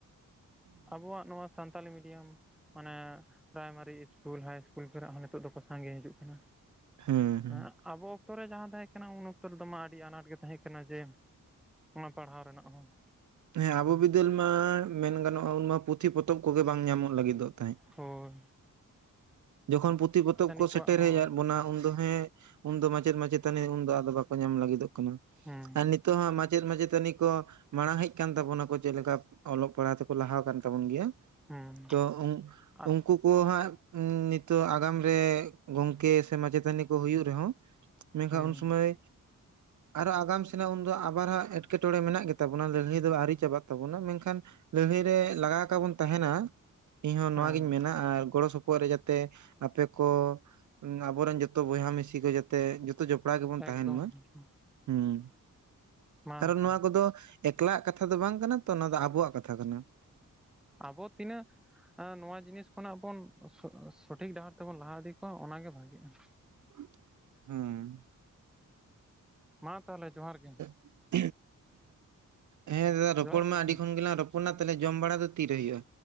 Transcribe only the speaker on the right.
ᱦᱩᱸ
ᱦᱮᱸ ᱟᱵᱚ ᱵᱤᱫᱟᱹᱞ ᱢᱟ ᱢᱮᱱ ᱜᱟᱱᱚᱜᱼᱟ, ᱩᱱ ᱢᱟ ᱯᱩᱛᱷᱤ <unintelligible> ᱯᱚᱛᱚᱵ ᱠᱚᱜᱮ ᱵᱟᱝ ᱧᱟᱢᱚᱜ ᱞᱟᱹᱜᱤᱫᱚᱜ ᱛᱟᱦᱮᱸᱫᱟ
ᱡᱚᱠᱷᱚᱱ ᱯᱩᱛᱷᱤ ᱯᱚᱛᱚᱵᱽ ᱠᱚ
ᱥᱮᱴᱮᱨ
ᱦᱮᱡ ᱟᱫ ᱵᱚᱱᱟ ᱩᱱ ᱫᱚ ᱦᱮᱸ ᱩᱱᱫᱚ ᱢᱟᱪᱮᱫ ᱢᱟᱪᱮᱛᱟᱹᱱᱤ ᱩᱱᱫᱚ ᱟᱫᱚ ᱵᱟᱠᱚ ᱧᱟᱢ ᱞᱟᱹᱜᱤᱫᱚᱜ ᱠᱟᱱᱟ
ᱟᱨ ᱱᱤᱛ ᱛᱚ ᱢᱟᱪᱮᱫ ᱢᱟᱪᱮᱛᱟᱹᱱᱤ ᱠᱚ ᱢᱟᱲᱟᱝ ᱦᱮᱡ ᱠᱟᱱ ᱛᱟᱵᱚᱱᱟ ᱠᱚ ᱪᱮᱫ ᱞᱮᱠᱟ ᱚᱞᱚᱜ ᱯᱟᱲᱦᱟᱜ ᱛᱮᱠᱚ ᱞᱟᱦᱟ ᱟᱠᱟᱱ ᱛᱟᱵᱚᱱ ᱜᱮᱭᱟ
ᱛᱚ ᱩᱝ
ᱩᱱᱠᱩᱯ ᱩᱱᱠᱩ ᱦᱟᱸᱜ ᱱᱤᱛᱚᱜ ᱟᱜᱟᱢ ᱨᱮ ᱜᱚᱝᱠᱮ ᱥᱮ ᱢᱟᱪᱮᱛᱟᱹᱱᱤ ᱠᱚ ᱦᱩᱭᱩᱜ ᱨᱮᱦᱚᱸ ᱢᱮᱱᱠᱷᱟᱱ
ᱩᱱ ᱥᱩᱢᱟᱹᱭ ᱟᱨᱦᱚᱸ ᱟᱜᱟᱢ ᱥᱮᱱᱟᱜ ᱩᱱᱫᱚ ᱟᱵᱟᱨ ᱦᱟᱸᱜ ᱮᱴᱠᱮᱴᱚᱬᱮ ᱢᱮᱱᱟᱜ ᱜᱮ ᱛᱟᱵᱚᱱᱟ ᱞᱟᱹᱲᱦᱟᱸᱭ ᱟᱹᱶᱨᱤ ᱪᱟᱵᱟᱜ ᱛᱟᱵᱚᱱᱟ ᱢᱮᱱᱠᱷᱟᱱ ᱞᱟᱹᱲᱦᱟᱹᱭ ᱨᱮ ᱞᱟᱜᱟᱣ ᱟᱠᱟᱵᱚᱱ ᱛᱟᱦᱮᱱᱟ ᱤᱧ ᱦᱚᱸ
ᱱᱚᱣᱟᱜᱤᱧ ᱢᱮᱱᱟ ᱟᱨ ᱜᱚᱲᱚ ᱥᱚᱯᱚ ᱯᱚᱨ ᱨᱮ ᱡᱟᱛᱮ ᱟᱯᱮ ᱠᱚ ᱟᱵᱚᱨᱮᱱ ᱡᱚᱛᱚ ᱵᱚᱭᱦᱟ ᱢᱤᱥᱤ ᱡᱚᱛᱚ ᱛᱮ ᱡᱚᱛᱚ ᱡᱚᱯᱲᱟᱣ ᱜᱮᱵᱚᱱ
ᱛᱟᱦᱮᱱ ᱢᱟ
ᱦᱩᱸ
ᱠᱟᱨᱚᱱ
ᱱᱚᱣᱟ ᱠᱚᱫᱚ ᱮᱠᱞᱟᱜ ᱠᱟᱛᱷᱟ ᱫᱚ ᱵᱟᱝ ᱠᱟᱱᱟ ᱛᱚ ᱚᱱᱟ ᱫᱚ ᱟᱵᱚᱣᱟᱜ ᱠᱟᱛᱷᱟ ᱠᱟᱛᱷᱟ ᱠᱟᱱᱟ
<inaudible> ᱦᱩᱸ
<unintelligible> ᱦᱮᱸ ᱫᱟᱫᱟ ᱨᱚᱯᱚᱲ
ᱢᱟ
ᱟᱸᱰᱤ ᱠᱷᱚᱱ ᱜᱮ ᱨᱚᱯᱚᱲ ᱚᱱᱟ ᱛᱮᱞᱮ ᱡᱚᱢ ᱵᱟᱲᱟ ᱫᱚ ᱛᱤᱨᱮ ᱦᱩᱭᱩᱜᱼᱟ